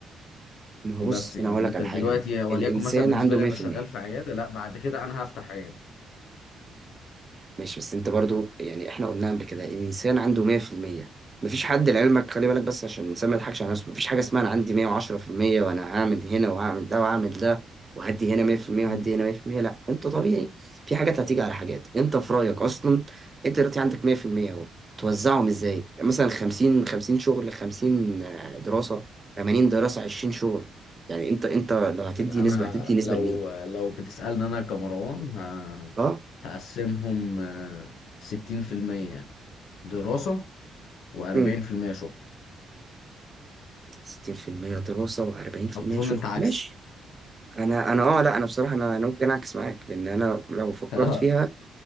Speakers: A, on the right (about 25°); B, on the left (about 80°).
A: ما هو
B: بس
A: بص
B: يعني
A: انا هقول
B: انت
A: لك على
B: دلوقتي
A: حاجه
B: وليكن
A: الانسان
B: مثلا بالنسبه
A: عنده
B: لي
A: 100%
B: انا شغال في عياده لا بعد كده انا هفتح عياده
A: ماشي بس انت برضو يعني احنا قلنا قبل كده الانسان عنده 100% مفيش حد لعلمك خلي بالك بس عشان الانسان ما يضحكش على نفسه مفيش حاجه اسمها انا عندي 110% وانا هعمل هنا وهعمل ده وهعمل ده وهدي هنا 100%
B: مم.
A: وهدي هنا 100% لا انت طبيعي في حاجات هتيجي على حاجات انت في رايك اصلا انت دلوقتي عندك 100% اهو توزعهم ازاي يعني مثلا 50 50 شغل 50 دراسه 80 دراسه 20 شغل يعني انت انت لو هتدي
B: انا
A: نسبه هتدي نسبه
B: لو
A: لمين
B: لو بتسالني انا كمروان ه...
A: اه
B: هقسمهم آه، 60% دراسه و40%
A: مم.
B: شغل
A: 60% دراسة و40%
B: اظن
A: شغل
B: انت عكسي
A: ماشي انا انا اه لا انا بصراحه انا انا ممكن اعكس معاك لان انا لو فكرت
B: <laughs>
A: فيها